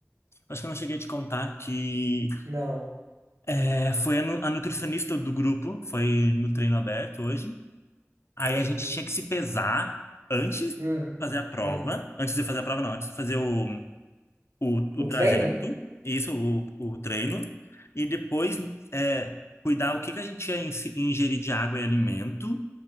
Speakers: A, on the left; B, on the right.
A: acho que eu não cheguei a te contar que
B: Não.
A: é, foi a, nu- a nutricionista do grupo, foi no treino aberto hoje. Aí
B: Tem.
A: a gente tinha que se pesar antes de
B: Hum,
A: fazer a prova.
B: hum.
A: Antes de fazer a prova, não, antes de fazer o, o, o
B: O
A: trajeto,
B: treino?
A: isso, o, o treino, e depois é, cuidar o que que a gente ia ins- ingerir de água e alimento,